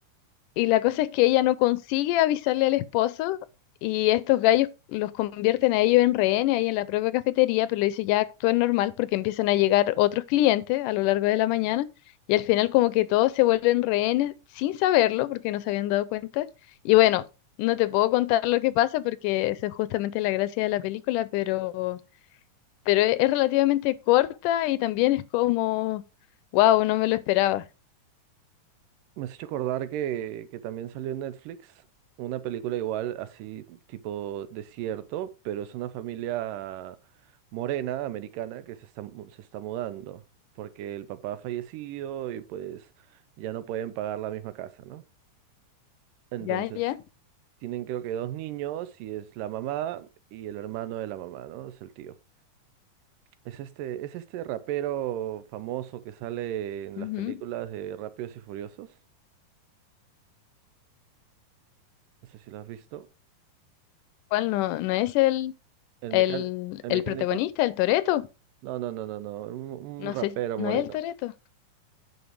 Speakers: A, on the left (about 80°); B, on the right (about 85°).
A: Y la cosa es que ella no consigue avisarle al esposo y estos gallos los convierten a ellos en rehenes ahí en la propia cafetería, pero le dice ya actúen normal porque empiezan a llegar otros clientes a lo largo de la mañana y al final como que todos se vuelven rehenes sin saberlo porque no se habían dado cuenta. Y bueno, no te puedo contar lo que pasa porque eso es justamente la gracia de la película, pero, pero es es relativamente corta y también es como, wow, no me lo esperaba.
B: Me has hecho acordar que, que también salió en Netflix una película igual, así tipo desierto, pero es una familia morena, americana, que se está, mu- se está mudando, porque el papá ha fallecido y pues ya no pueden pagar la misma casa, ¿no? Entonces,
A: Ya, ya.
B: tienen creo que dos niños y es la mamá y el hermano de la mamá, ¿no? Es el tío. Es este, es este rapero famoso que sale en
A: ujú.
B: las películas de Rápidos y Furiosos. No sé si lo has visto.
A: ¿Cuál no, no es el
B: ¿El
A: El,
B: mecán- el
A: el
B: mecánico?
A: protagonista, el Toreto
B: No, no, no, no, no. Un,
A: No
B: un rapero
A: sé, si-
B: moreno.
A: no es el Toreto